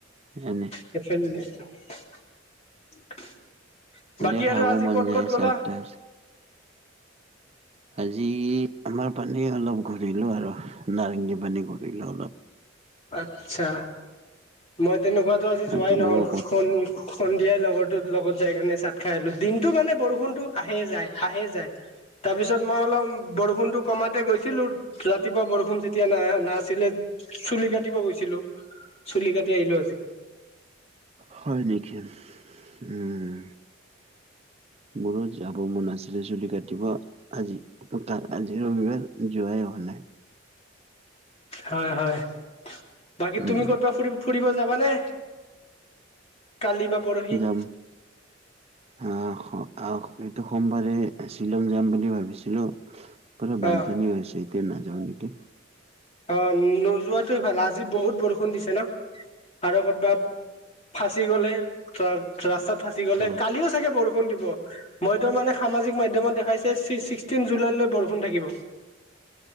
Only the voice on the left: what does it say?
<unintelligible>
বাকী
আৰু আজি
ক'ত
ক'ত গ'লা।
আচ্ছা মই তেনেকুৱাতো আজি যোৱাই
নহল
শুন, সন্ধিয়াই লগৰ লগত যাই কাৰণে চাট খাই আহিলো, দিনটো মানে বৰষুণতো আহে যায় আহে যায়। তাৰপিছত মই অলপ বৰষুণটো কমাতে গৈছিলোঁ ৰাতিপুৱা বৰষুণ যেতিয়া না নাছিলে। চুলি কাটিব গৈছিলো চুলি কাটি আহিলো আজি।
হয় হয়, বাকী
তুমি ক'তবা ফুৰিব ফুৰিব যাবা নে? কালি বা পৰহি
<inaudible>
অ
অ' নোজোৱাটোৱেই ভাল আজি বহুত বৰষুণ দিছে ন আৰু কৰ'বাত ফ ফচি গলে ত ৰাস্তাত ফচি গলে
কালিও চাগে বৰষুণ দিব। মইটো মানে সামাজিক মাধ্যমত দেখাইছে ছিক্সটিন জুলাইলৈ বৰষুণ থাকিব।